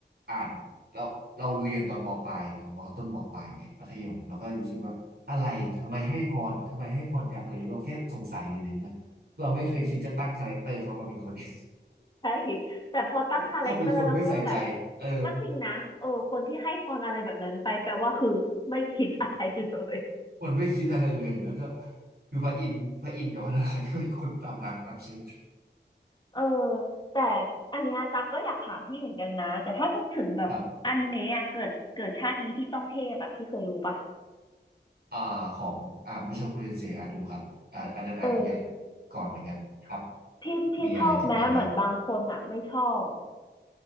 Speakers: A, on the right; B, on the left.
A: อ่านเราเราเรียนตอนมปลายเรามต้นมปลายเงี้ยมัธยมเราก็รู้สึกว่าอะไรทำไมให้พรทำไมให้พรอยากอะไรเราแค่สงสัยเลยว่าเราไม่เคยคิดจะตั้งคาแรคเตอร์เขามาเป็นคนนี้
B: ใช่แต่พอตั้งคาแรคเตอร์แล้วก็แบบ
A: <laughs> ก็เป็นคนไม่ใส่ใจเออ
B: ก็จริงนะเออคนที่ให้พรอะไรแบบนั้นไปแปลว่าคือไม่คิดอะไรเลย
A: มันไม่คิดอะไรเลย แล้วก็คือพระอินทร์พระอินทร์กับพระนารายณ์ก็เป็นคนตามหลักตามเชื้อ
B: เออแต่อันเนี้ยตักก็อยากถามพี่เหมือนกันนะแต่ถ้าพูดถึงแบบอนิเมะอะเกิดเกิดชาตินี้พี่ต้องเทพอะพี่เคยดูปะ
A: ครับอ่าของอ่ามุโชคุเรนเซอาดูครับอ่าอันนั้นอ่านนิยาย
B: เออ
A: ก่อนเหมือนกันครับ
B: พี่พี่ชอบแม้เหมือนบางคนอะไม่ชอบ
A: มีอะไรกับเรื่องนี้